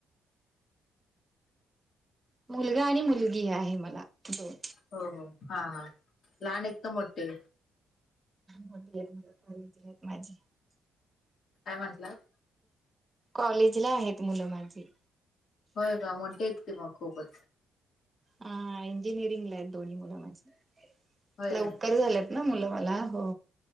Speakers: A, on the right; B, on the left.
A: मुलगा आणि मुलगी आहे मला दोन.
B: हो हो हा हा, लहान आहेत का मोठे?
A: मोठी आहेत मुलं कॉलेजले आहेत माझी.
B: काय म्हंटलात?
A: कॉलेजला आहेत मुलं माझी.
B: होय का, मोठी आहेत की मग खूपच.
A: हा इंजिनिअरिंगला आहेत दोन्ही मुलं माझी.
B: होय
A: लवकर झालं ना मुलं मला हो,